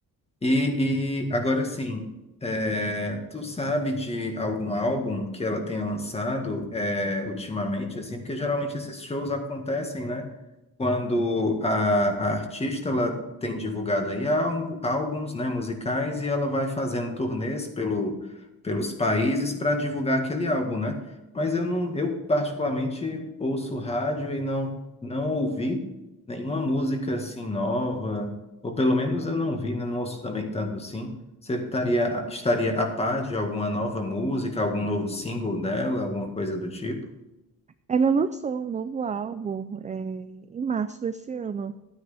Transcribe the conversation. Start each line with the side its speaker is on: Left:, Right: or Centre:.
Left: E, e agora sim, é, tu sabe de algum álbum que ela tenha lançado é, ultimamente, assim, porque geralmente esses shows acontecem, né? Quando a, a artista ela tem divulgado aí álbum- álbuns, né, musicais e ela vai fazendo turnês pelo, pelos países para divulgar aquele álbum, né? Mas eu não, eu particularmente ouço rádio e não não ouvi nenhuma música assim nova. Ou pelo menos eu não vi, né? Não ouço também tanto assim. Você estaria, estaria a par de alguma nova música, algum novo single dela, alguma coisa do tipo?
Right: Ela lançou um novo álbum é, em março desse ano.